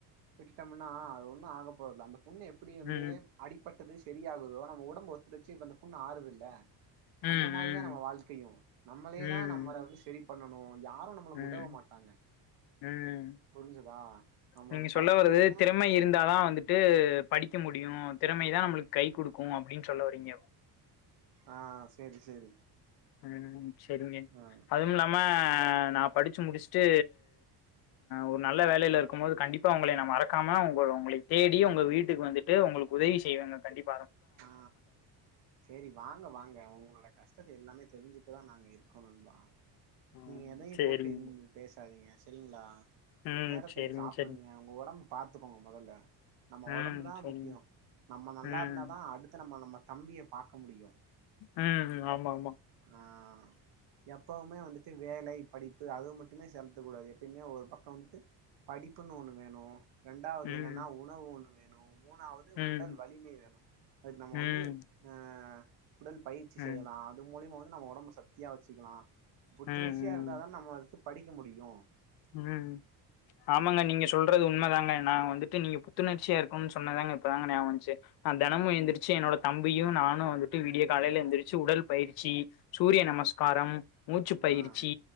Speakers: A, on the right; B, on the left.
A: விட்டுட்டம்முனா அது ஒன்னு ஆகப்போர்ல அந்த புண்ணு எப்டி வந்து
B: ம்
A: அடிப்பட் டுது செரி ஆகுதோ நம்ம உடம்பு ஒத்துலச்சி இப்ப அந்த புண்ணு ஆறுது இல்ல
B: ம்
A: அந்த
B: ம்
A: மாதிரிதா நம்ம வாழ்க்கயு நம்மளே
B: ம்
A: தா நம்மள வந்து செரி பண்ணணு யாரு நம்மளுக்
B: ம்
A: உதவ மாட்டாங்க
B: ம்
A: புரிஞ்சதா நம்மளுக்கு
B: நீங்க சொல்ல
A: பசிக்குதுன்னா
B: வரது திறமை இருந்தா தா வந்துட் படிக்க முடியு திறமைதா நம்ளுக் கை குடுக்கு
A: ஆ
B: அப்டின் சொல்ல வரிங்க
A: ஆ சேரி சேரி
B: ம் செரிங்க
A: ஆ
B: அதும் இல்லாம நா படிச்சி முடிஷ்ட்டு ஒரு நல்ல வேலயல இருக்குமோது கண்டிப் உங்களே நா மறக்காம உங்க உங்களை தேடி உங்க வீட்டுக் வந்துட்டு உங்களுக் உதவி செய்வங்க கண்டிப்
A: ஆ செரி வாங்க வாங்க அவுங்ளோட கஷ் சத்த எல்லாமே தெர்ஞ்சிக்கதா நாங்க இருக்ககொ நண்பா
B: ம்
A: நீங்க எதையு
B: சரிங்க.
A: போட்டு இந் தேஸ் தாதிங்க செரிங்ளா
B: ம்
A: நேரத்துக்கு
B: சரிங்க
A: சாப்புடுங்க
B: சரிங்க.
A: உங்க உடம்பு பாத்துக்கோங்க மொதல்ல நம்ம
B: ம்
A: ஒடம்புதா
B: சரிங்க.
A: முக்கியொ நம்ம நல்லார்ந்தா
B: ம்.
A: அடுத்து நம்ம நம்ம தம்பிய பாக்க முடியு
B: அ ஆமாமா <inaudible>
A: ஆ எப்பவுமே வந்துட்டு வேலை படிப்பு அதுவ் மட்டுமே செம்த்த கூடாது எப்பிமே ஒரு பக்க வந்துட்டு படிப்புன் ஒன்னு வேணு ரெண்டாவது
B: ம்.
A: என்னன்னா உணவு ஒன்னு வேணு மூணாவது
B: ம்.
A: உடல் வலிமை வேணு அதுக்கு நம்ம
B: ம்.
A: வந்து அ உடல் பயிற்சி
B: ம். ம்.
A: செய்யலா அது மூலய்மா வந்து நம்ம ஒடம்ம சக்தியா வச்சிக்கலா புத்துணர்ச்சியா
B: ம்.
A: இருந்தாதா நம்ம ஃபஸ்ட்டு படிக்க முடியு
B: ம் ஆமாங்க நீங்க சொல்றது உண்மதாங்க நா வந்துட்டு நீங்க பு துணர்ச்சியா இருக்குனுன் சொன்னதாங்க இப்ப தாங்க நியாவந்துச்சு நா தெனமு எந்துர்ச்சு என்னோட தம்பியு நானு வந்துட்டு விடிய கா காலைல எந்துரிச்சு உடல்பயிற்சி சூரிய நமஸ்காரம் மூச்சு பயிற்சி
A: ஆஹ்